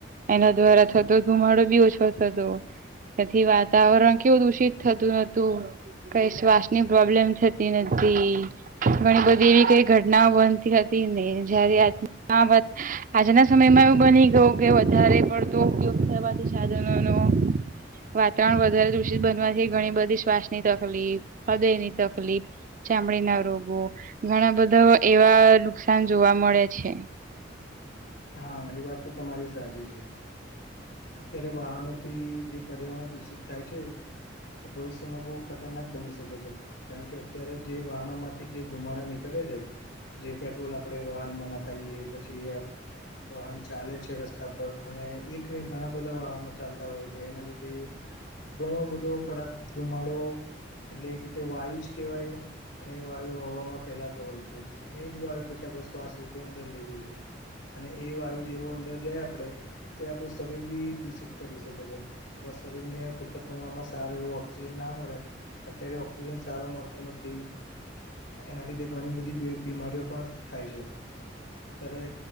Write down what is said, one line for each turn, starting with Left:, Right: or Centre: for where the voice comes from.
Right: એના દ્વારા થતો ધુમાડો બી ઓછો થતો તેથી વાતાવરણ કેવું દુષિત થતું નતું કઈ શ્વાસ ની પ્રોબ્લેમ થતી નથી. ઘણી બધી એવી કઈ ઘટનાઓ બનતી હતી ને જયારે આ વાત આજના સમયમાં એવું બની ગયું કે વધારે પડતો ઉપયોગ થવાથી સાધન નો વાતાવરણ વધારે દુષિત બનવાથી ઘણી બધી શ્વાસ ની તકલીફ હૃદય ની તકલીફ ચામડી ના રોગો ઘણા બધા એવા નુકસાન જોવા મળે છે.
Left: હા એ વાત તો તમારી સાચી છે. અત્યારે વાહનોથી જે પર્યાવરણ દૂષિત થાય છે. એ ભવિષ્યમાં બહુ ખતરનાક બની શકે છે. કારણ કે અત્યારે જે વાહનો માંથી જે ધુમાડા નીકળે છે. જે પેટ્રોલ આપડે વાહનમાં નાખાઈએ પછી વાહન ચાલે છે રસ્તા પર અને એક ને ઘણા બધા વાહનો ચાલતા હોય છે એના લીધે ઘણો બધો ખરાબ ધુમાડો એટલે એક રીતે વાયુ જ કેહેવાય. અને એ વાયુ હવામાં ફેલાતો હોય છે અને એ જ વાયુ પછી આપણેે સ્વાસ્થ રીતે અંદર લઈએ છે. અને એ વાયુ જેવો અંદર જાય આપડે તો આપણું શરીર બી દૂષિત કરી શકે છે. આપણા શરીર ને પૂરતા પ્રમાણમાં સારું એવું ઓક્સિજન ના મળે અત્યારે ઓક્સિજન સારો મળતો નથી. એના લીધે ઘણી બધી બીમ બીમારીઓ પણ થાય છે અત્યારે